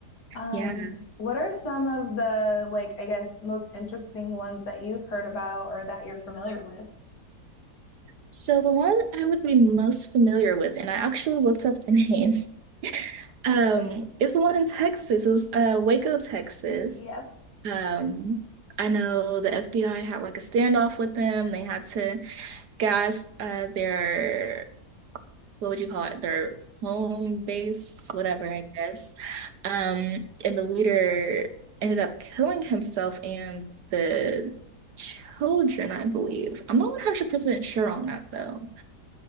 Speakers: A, on the left; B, on the right.
A: Um,
B: Yeah.
A: what are some of the like, I guess, most interesting ones that you've heard about or that you're familiar with?
B: So the one I would be most familiar with, and I actually looked up the name, <laughs> um, is the one in Texas. It was uh, Waco, Texas.
A: <laughs> Yep.
B: Um, I know the FBI had like a standoff with them. They had to gas uh, their what would you call it? Their home base, whatever, I guess. Um, and the leader ended up killing himself and the children, I believe. I'm not 100% sure on that though.